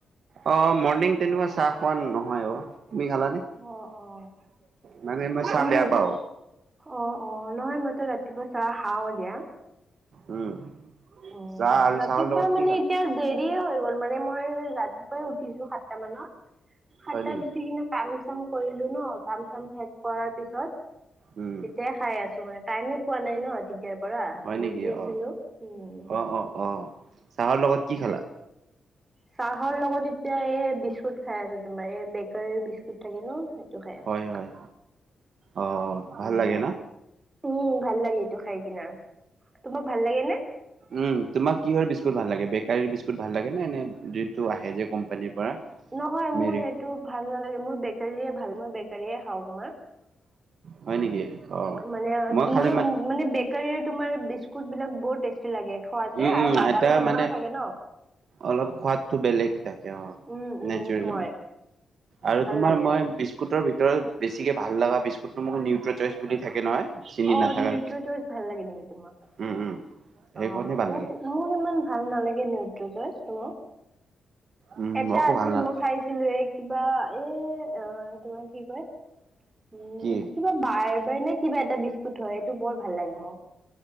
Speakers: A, on the right; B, on the right.
A: অ মৰ্ণিং তেনেকুৱা চাহ খোৱা নহয় অ তুমি খালানে
B: অ অ
A: মানে মই চাহ
B: উম
A: বেয়া পাও
B: অ অ নহয় মইত ৰাত ৰাতিপুৱা চাহ খাওঁ দিয়া
A: উম
B: অহ
A: চাহ আৰু
B: ৰাতিপুৱা
A: চাহৰ লগত
B: মানে
A: কি খাল
B: এতিয়া দে দেৰি হৈ গ'ল মানে মই ৰাতিপুৱাই উঠিছো সাতটা মানত সাতটাত
A: হয় নেকি
B: উঠি কিনে কাম চাম কৰিলো ন কাম চাম শেষ কৰাৰ পিছত তেতিয়াই
A: উম
B: খাই আছো মানে টাইমে পোৱা নাই ন তেতিয়াৰ পৰা
A: হয় নেকি
B: বিজি আছিলো
A: অ
B: উম।
A: অ অ অ চাহৰ লগত কি খালা
B: চাহৰ লগত এতিয়া এই বিস্কুট খাই আছো তোমাৰ এই বেগ গৰ বিস্কুট থাকে ন সেইটো খাই আছো
A: হয় হয় অ ভাল
B: উম
A: লাগে ন
B: উম ভাল লাগে এটো খাই কিনা তোমাক ভাল লাগে নে
A: উম তোমাক কিহৰ বিস্কুট ভাল লাগে বেকাৰীৰ বিস্কুট ভাল লাগে নে নে যিটো আহে যে কোম্পানীৰ পৰা
B: নহয় মোৰ
A: মেৰি
B: সেইটো ভাল নালাগে মোৰ বেকাৰীয়ে ভাল মই বেকাৰীয়ে খাওঁ তোমাৰ
A: হয় নেকি অ
B: মানে
A: খালি
B: মই
A: মান
B: মানে তোমাৰ বিস্কুট বিলাক বৰ টেষ্টি লাগে খোৱাতে
A: উম
B: আৰু
A: উম
B: বাদাম
A: আইতা
B: চাদামৰ
A: মানে
B: থাকে ন।
A: অলপ সোৱাদটো বেলেগ থাকে অ
B: উম উম
A: নেচাৰেল
B: হয়
A: আৰু
B: ভাল
A: তোমাৰ
B: লাগে
A: মই বিস্কুটৰ ভিতৰত বেছিকৈ ভাল লগা বিস্কুটটো মোক নিউট্ৰ চইচ বুলি থাকে নহয় চিনি
B: অ
A: নাথাকা
B: নিউট্ৰ চইচ ভাল লাগে নেকি তোমাক?
A: উম উম সেইখনেই
B: অ
A: ভাল
B: মোক
A: লাগে
B: মোৰ ইমান ভাল নালাগে নিউতৰি ছইছ তোমাৰ?
A: উম
B: এটা
A: আকৌ
B: আছিল
A: ভাল না
B: মই খাইছিলো এ কিবা এ অ তোমাৰ কি উম
A: কি
B: কিবা বাৰ বাৰ নে কিবা এটা বি হয় এইটো বৰ ভাল লাগে মোক